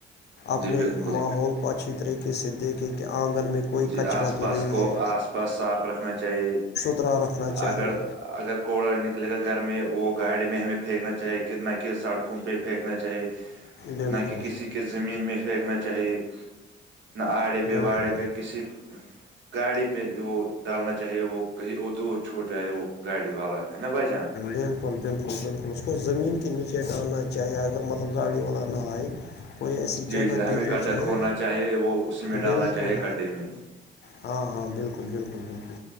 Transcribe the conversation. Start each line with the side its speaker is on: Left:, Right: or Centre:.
Right: ہے،
Left: اپنے
Right: جی بالکل
Left: ماحول کو اچھے طریقے سے دیکھے کہ آنگن میں کوئی
Right: جی
Left: کچرا
Right: آس
Left: تو
Right: پاس
Left: نہیں
Right: کو
Left: ہے
Right: آس پاس صاف رکھنا چاہیے
Left: سترا رکھنا چاہیے
Right: اگر اگر کوڑا نکلے گا گھر میں وہ گاڑی میں ہمیں پھینکنا چاہے کہ نہ کہ سڑکوں پہ پھینکنا چاہے
Left: بالکل
Right: نہ کہ کسی کے زمین میں پھینکنا چاہیے نہ آڑے پہ
Left: بالکل
Right: واڑے پہ کسی گاڑی پہ وہ ڈالنا چاہیے وہ کہیں اور دور چھوڑ جائے وہ گاڑی والا ہے نا بھائی جان
Left: بلکل بلکل بلکل اس کو زمین کے نیچے ڈالنا چاہے اگر مطلب گاڑی والا نہ آئے کوئی ایسی
Right: جی
Left: جگہ
Right: جی ہمیں
Left: دیکھنی
Right: گڈھا
Left: چاہے
Right: کھولنا چاہیے وہ اسی میں ڈالنا
Left: بلکل
Right: چاہیے گڈھے میں
Left: ہاں ہاں بلکل بلکل بلکل